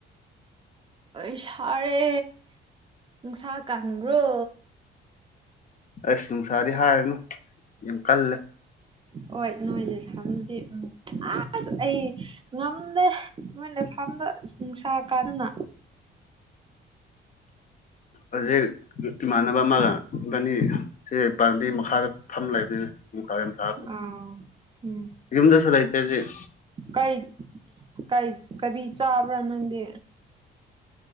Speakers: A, on the right (about 25°); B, on the left (about 40°).
A: ꯑꯩ ꯁꯥꯔꯦ ꯅꯨꯡꯁꯥ ꯀꯟꯕ꯭ꯔꯣ
B: ꯑꯁ ꯅꯨꯡꯁꯥꯗꯤ ꯍꯥꯏꯔꯅꯨ ꯌꯥꯝ ꯀꯜꯂꯦ
A: ꯍꯣꯏ ꯅꯣꯏꯗꯤ ꯊꯝꯗꯦ ꯎꯝ ꯑꯁ ꯑꯩ ꯉꯝꯗꯦ ꯃꯣꯏꯅ ꯁꯝꯗ ꯅꯨꯡꯁꯥ ꯀꯥꯟꯗꯅ
B: ꯑꯣꯖꯦꯛ ꯏꯃꯥꯟꯅꯕ ꯑꯃꯒ ꯏꯕꯅꯤ ꯁꯤ ꯄꯥꯝꯕꯤ ꯃꯈꯥꯗ ꯐꯝ ꯂꯩꯕꯅꯤꯅ ꯀꯥꯏ
A: ꯑꯥ ꯎꯝ
B: ꯌꯨꯝꯗꯁꯨ ꯂꯩꯇꯦ ꯍꯨꯖꯤꯛ
A: ꯀꯩ ꯀꯩ ꯀꯔꯤ ꯆꯥꯕ꯭ꯔꯥ ꯅꯪꯗꯤ